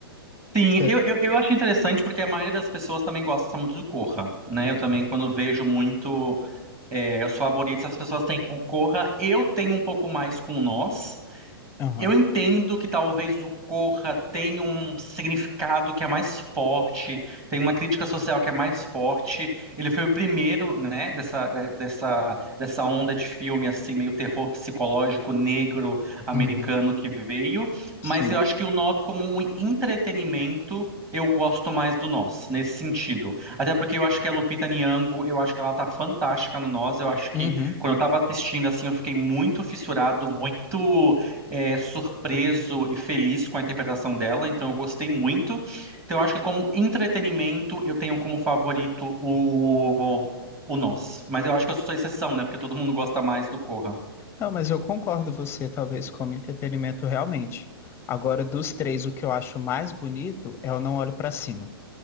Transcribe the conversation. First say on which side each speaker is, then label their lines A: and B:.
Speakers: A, on the right (about 25°); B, on the left (about 20°).
A: Sim,
B: Você...
A: eu, eu, eu acho interessante porque a maioria das pessoas também gosta muito do Corra, né? Eu também, quando vejo muito é, os favoritos, as pessoas têm com o Corra. Eu tenho um pouco mais com o Nós.
B: Aham.
A: Eu entendo que talvez o Corra tenha um significado que é mais forte, tem uma crítica social que é mais forte. Ele foi o primeiro, né, dessa, de- dessa, dessa onda de filme assim meio terror psicológico negro americano
B: Uhum.
A: que veio,
B: Sim.
A: mas eu acho que o nosso como um entretenimento Eu gosto mais do Nós, nesse sentido. Até porque eu acho que a Lupita Nyong'o, eu acho que ela tá fantástica no Nós. Eu acho que
B: Uhum.
A: quando eu tava assistindo assim, eu fiquei muito fissurado, muito é, surpreso e feliz com a interpretação dela, então eu gostei muito. Então eu acho que como entretenimento eu tenho como favorito o, o Nós. Mas eu acho que eu sou exceção, né? Porque todo mundo gosta mais do Corra.
B: Não, mas eu concordo você, talvez, como entretenimento realmente. Agora, dos três, o que eu acho mais bonito é o Não Olho Pra Cima.